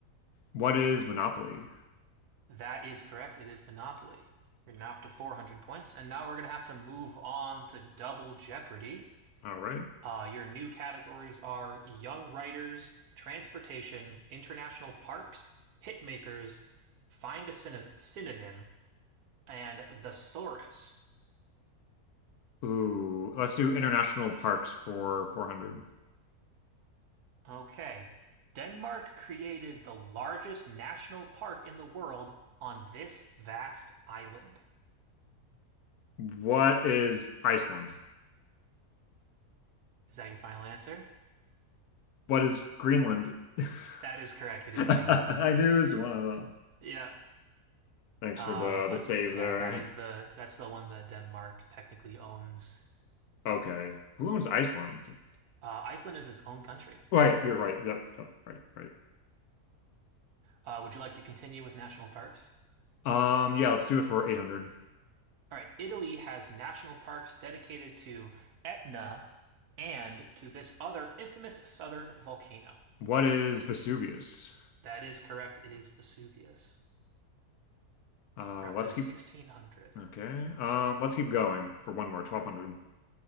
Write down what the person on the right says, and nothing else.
That is correct. It is Monopoly. You're now up to 400 points. And now we're going to have to move on to Double Jeopardy.
Uh, your new categories are young writers, transportation, international parks, hit makers, find a syn synonym, and thesaurus.
Okay. Denmark created the largest national park in the world on this vast island.
Is that your final answer?
That is correct. It is
Greenland.
Yeah.
Um,
uh,
yeah,
that is the that's the one that Denmark technically owns.
Uh, Iceland is its own country.
Uh, would you like to continue with national parks?
All right, Italy has national parks dedicated to Etna and to this other infamous southern volcano.
That is correct. It is Vesuvius.
You're up
to 1600.